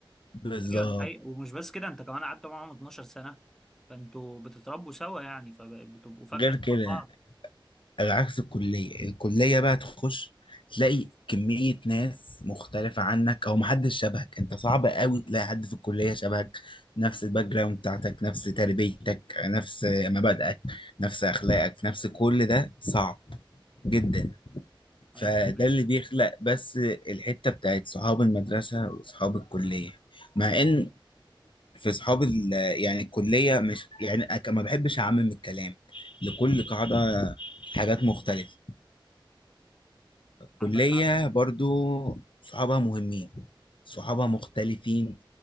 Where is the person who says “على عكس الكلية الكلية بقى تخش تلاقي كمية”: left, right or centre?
Left